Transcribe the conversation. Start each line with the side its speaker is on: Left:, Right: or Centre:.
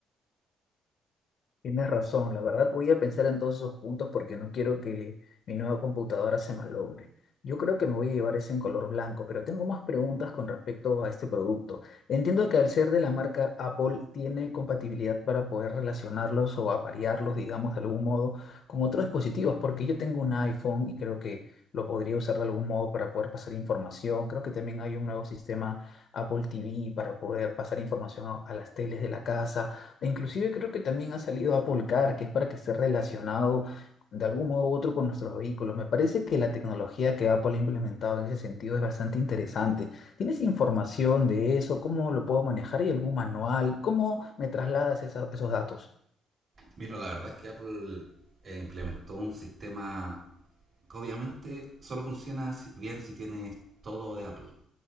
Left: Tienes razón, la verdad voy a pensar en todos esos puntos porque no quiero que mi nueva computadora se malogre. Yo creo que me voy a llevar ese en color blanco, pero tengo más preguntas con respecto a este producto. Entiendo que al ser de la marca Apple tiene compatibilidad para poder relacionarlos o aparearlos, digamos, de algún modo con otros dispositivos, porque yo tengo un iPhone y creo que lo podría usar de algún modo para poder pasar información. Creo que también hay un nuevo sistema Apple TV para poder pasar información a a las teles de la casa. E inclusive creo que también ha salido Apple Car, que es para que esté relacionado de algún modo u otro con nuestros vehículos. Me parece que la tecnología que Apple ha implementado en ese sentido es bastante interesante. ¿Tienes información de eso? ¿Cómo lo puedo manejar? ¿Hay algún manual? ¿Cómo me trasladas esa- esos datos?
Right: Mira, la verdad es que Apple eh, implementó un sistema que obviamente solo funciona si- bien si tienes todo de Apple,